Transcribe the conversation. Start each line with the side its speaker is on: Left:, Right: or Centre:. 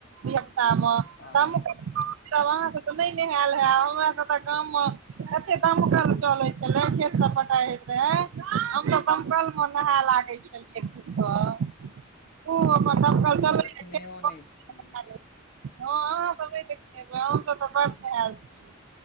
Right: धियापुता म
Left: अ
Right: ब अहाँके तऽ नहि नेहायल है हमर सब तऽ गाममे एते दमकल चलै छले, खेत सब पटाई होयत रहै हमसब दपकल मे नहाय लागैय छलियै। खूब कऽ खूब अपन
Left: हमसभ
Right: दमकल
Left: तऽ
Right: चलैये
Left: देखनेहो
Right: खेत
Left: नहि
Right: पटैये
Left: छियै
Right: <unintelligible> हँ अहाँ सभ नय देखने हमसभ तऽ बड्ड नेहाल छीयै,